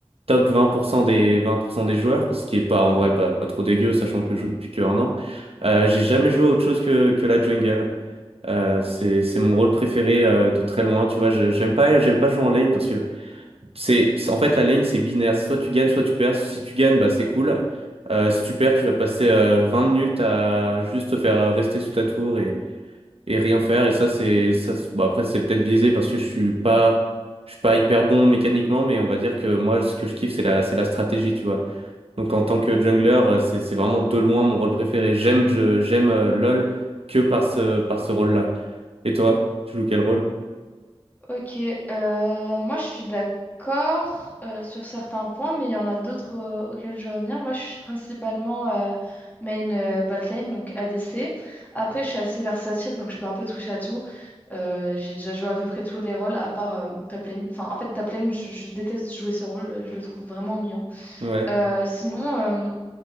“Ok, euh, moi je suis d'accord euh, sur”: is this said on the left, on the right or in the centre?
Left